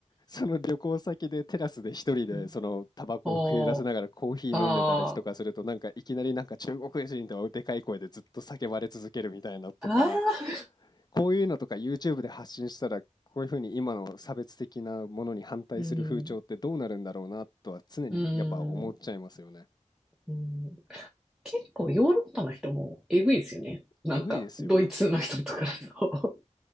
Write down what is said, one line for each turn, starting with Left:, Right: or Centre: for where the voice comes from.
Left: その旅行先でテラスで一人でそのタバコを食い入らせながらコーヒー飲んでたりとかするとなんかいきなりなんか中国人とはでかい声でずっと叫ばれ続けるみたいなとか
Centre: うんおー。あー。あー。
Left: こういうのとか YouTube で発信したらこういうふうに今の差別的なものに反対する風潮ってどうなるんだろうなとは常にやっぱ思っちゃいますよね。
Centre: うん、うん、うん。結構ヨーロッパの人もえぐいですよね。なんか、
Left: えぐいですよ。
Centre: ドイツの人とかと。